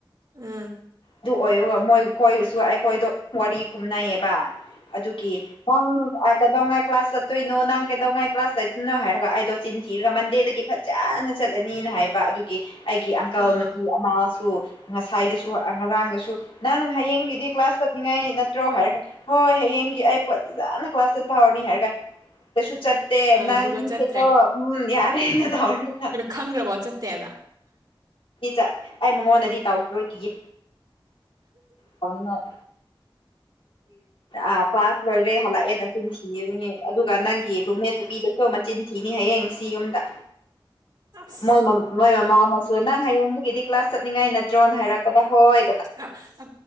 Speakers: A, on the right; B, on the left.
A: ꯎꯝ
B: ꯑꯗꯨ ꯑꯣꯏꯔꯒ ꯃꯣꯏ ꯈꯣꯏꯁꯨ ꯑꯩꯈꯣꯏꯗꯣ ꯋꯥꯔꯤ ꯈꯨꯝꯅꯩꯌꯦꯕ ꯑꯗꯨꯒꯤ ꯅꯪ ꯑ ꯀꯩꯗꯧꯉꯥꯏ ꯀ꯭ꯂꯥꯁ ꯆꯠꯇꯣꯏꯅꯣ ꯅꯪ ꯀꯩꯗꯧꯉꯩ ꯀ꯭ꯂꯥꯁ ꯆꯠꯇꯣꯏꯅꯣ ꯍꯥꯏꯔꯒ ꯑꯩꯗꯣ ꯆꯤꯟ ꯊꯤꯔꯒ ꯃꯟꯗꯦꯗꯒꯤ ꯐꯖꯅ ꯆꯠꯂꯅꯤꯅ ꯍꯥꯏꯕ ꯑꯗꯨ ꯑꯩꯒꯤ ꯑꯪꯀꯜ
A: ꯑꯥ
B: ꯅꯁꯨ ꯑꯃꯁꯨ ꯉꯁꯥꯏꯗꯁꯨ ꯑ ꯉꯔꯥꯡꯗꯁꯨ ꯅꯪ ꯍꯌꯦꯡꯒꯤꯗꯤ ꯀ꯭ꯂꯥꯁ ꯆꯠꯂꯤꯉꯩ ꯅꯠꯇ꯭ꯔꯣ ꯍꯥꯏꯔꯒ ꯍꯣꯏ ꯍꯌꯦꯡꯒꯤ ꯑꯩ <unintelligible> ꯀ꯭ꯂꯥꯁ ꯆꯠ ꯄꯍꯧꯔꯅꯤ ꯍꯥꯏꯔꯒꯥ ꯀꯩꯁꯨ ꯆꯠꯇꯦ ꯅꯪꯁꯦꯀꯣ
A: ꯑꯗꯨꯒ ꯆꯠꯇ꯭ꯔꯦ
B: ꯎꯝ ꯌꯥꯔꯦꯅ ꯇꯧꯔ
A: ꯈꯪꯒ꯭ꯔꯕꯣ ꯆꯠꯇꯦꯕ
B: ꯆꯠ ꯑꯩ ꯃꯉꯣꯟꯗꯗꯤ ꯇꯧꯈꯤꯔꯣꯏ ꯀꯤꯌꯦ ꯇꯧꯅꯤꯡꯉꯛ ꯑ ꯀ꯭ꯂꯥꯁ ꯂꯣꯏꯔꯦ ꯍꯜꯂꯛꯑꯦ ꯅꯆꯤꯟꯊꯤꯌꯦꯅꯦ ꯑꯗꯨꯒ ꯅꯪꯒꯤ ꯔꯨꯝꯃꯦꯠ ꯅꯨꯄꯤꯗꯨ ꯃꯆꯤꯟ ꯊꯤꯅꯤ ꯍꯌꯦꯡ ꯁꯤ ꯌꯨꯝꯗ
A: ꯑꯁ
B: ꯃꯣꯏ ꯃꯝ ꯃꯣꯏ ꯃꯃꯥꯅꯁꯨ ꯅꯪ ꯍꯌꯦꯡꯗꯒꯤꯗꯤ ꯀ꯭ꯂꯥꯁ ꯆꯠꯅꯤꯡꯉꯥꯏ ꯅꯠꯇ꯭ꯔꯣꯅ ꯍꯥꯏꯔꯛꯄꯗ ꯍꯣꯏ
A: ꯑ ꯑ